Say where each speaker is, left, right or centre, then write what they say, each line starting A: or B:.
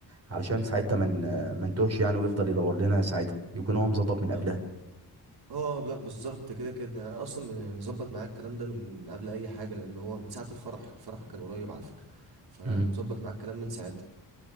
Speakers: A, on the right; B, on the right.
A: علشان ساعتها من ما نتوهش يعني ويفضل يدور لنا ساعتها يكون هو مظبط من قبلها
B: مم. اه لا بالظبط كده كده انا اصلا مظبط معاك الكلام ده من قبل اي حاجه لان هو من ساعه الفرح الفرح كان قريب على فكره فانا
A: مم.
B: مظبط معاك الكلام من ساعتها